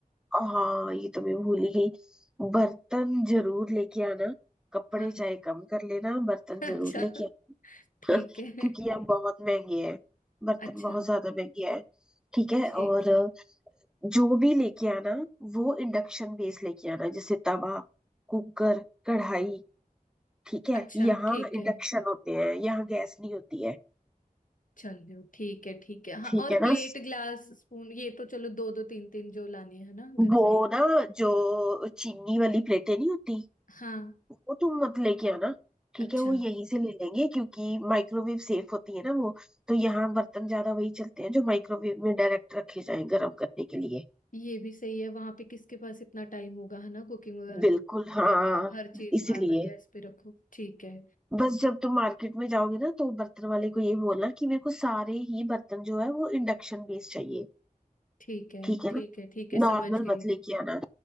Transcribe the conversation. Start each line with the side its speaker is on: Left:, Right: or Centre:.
Centre: हाँ ये तो मैं भूल ही गई बर्तन जरूर लेके आना कपड़े
Left: हाँ
Centre: चाहे कम कर लेना बर्तन
Left: <laughs> अच्छा
Centre: जरूर लेके <laughs>
Left: ठीक
Centre: क्योंकि
Left: है
Centre: ये बहुत महंगी है बर्तन
Left: अच्छा
Centre: बहुत ज्यादा महंगे है ठीक है
Left: ठीक
Centre: और
Left: है
Centre: जो भी लेके आना वो इंडक्शन बेस लेके आना जैसे तवा कुकर कढ़ाई ठीक है
Left: अच्छा
Centre: यहाँ
Left: ठीक
Centre: इंडक्शन
Left: है
Centre: होते हैं यहाँ गैस नहीं होती है
Left: चलो ठीक है ठीक है हाँ
Centre: ठीक
Left: और
Centre: है ना
Left: प्लेट ग्लास स्पून ये तो चलो दो दो तीन तीन जो लानी है ना घर
Centre: वो
Left: से ही
Centre: ना जो चीनी वाली प्लेटें नहीं होती
Left: हाँ
Centre: वो तुम मत लेके आना ठीक
Left: अच्छा
Centre: है वो यहीं से ले लेंगे क्योंकि माइक्रोवेव सेफ होती है ना वो तो यहाँ बर्तन ज्यादा वही चलते हैं जो माइक्रोवेव में डायरेक्ट रखे जाएं गर्म करने के लिए
Left: ये भी सही है वहां पे किसके पास इतना टाइम होगा है ना कुकिंग वगैरह का?
Centre: बिल्कुल हाँ
Left: मतलब बार हर चीज
Centre: इसीलिए
Left: बार बार गैस पे रखो ठीक है
Centre: बस जब तुम मार्केट में जाओगे ना तो बर्तन वाले को ये बोलना कि मेरे को सारे ही बर्तन जो है वो इंडक्शन बेस्ड चाहिए
Left: ठीक है
Centre: ठीक है
Left: ठीक
Centre: ना
Left: है ठीक है
Centre: नॉर्मल
Left: समझ गई
Centre: मत लेके आना